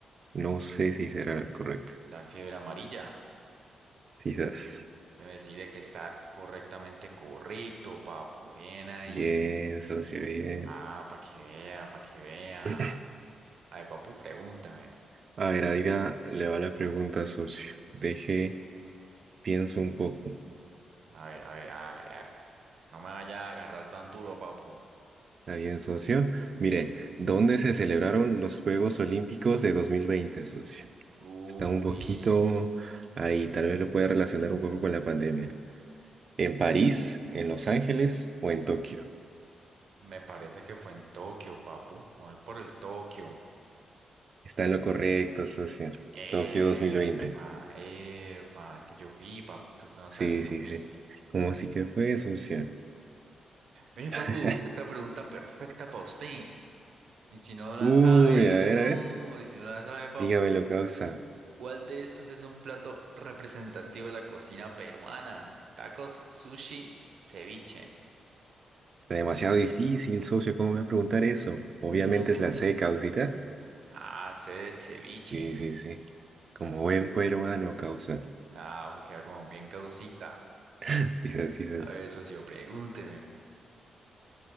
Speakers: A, on the right; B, on the right.
A: No sé si será la correcta.
B: La fiebre amarilla.
A: Quizás.
B: me decide que está correctamente correcto, papu. Bien ahí.
A: Bien, socio, bien.
B: Ah, para que vea, para que vea.
A: <clears throat>
B: A ver, papu, pregúnteme.
A: A ver, ahorita le va la pregunta, socio. Deje, pienso un poco.
B: A ver, a ver, hágale, hágale. No me vaya a agarrar tan duro, papu.
A: ¿Está bien, socio? Mire, ¿dónde se celebraron los Juegos Olímpicos de 2020, socio?
B: Uy.
A: Está un poquito ahí, tal vez lo pueda relacionar un poco con la pandemia. ¿En París, en Los Ángeles o en Tokio?
B: Me parece que fue en Tokio, papu. Me voy por el Tokio.
A: Está en lo correcto, socio.
B: Eva,
A: Tokio 2020.
B: Eva, que yo fui, papu, que usted no
A: Sí,
B: sabe que yo
A: sí,
B: fui.
A: sí. ¿Cómo así que fue socio?
B: Mire, papu,
A: <laughs>
B: esta pregunta perfecta para usted. Y si no la
A: Uy,
B: sabe,
A: a ver,
B: no,
A: a ver.
B: y si no la sabe, papu,
A: Dígame lo causa.
B: ¿cuál de estos es un plato representativo de la cocina peruana? Tacos, sushi, ceviche.
A: Está demasiado difícil, socio. ¿Cómo me va a preguntar eso? Obviamente
B: No.
A: es la C, causita.
B: Ah, sé de ceviche.
A: Sí, sí, sí. Como buen peruano, causa.
B: Ah, pues queda como bien causita.
A: <laughs> Sí, sabes, sí, sabes.
B: A ver, socio, pregúnteme.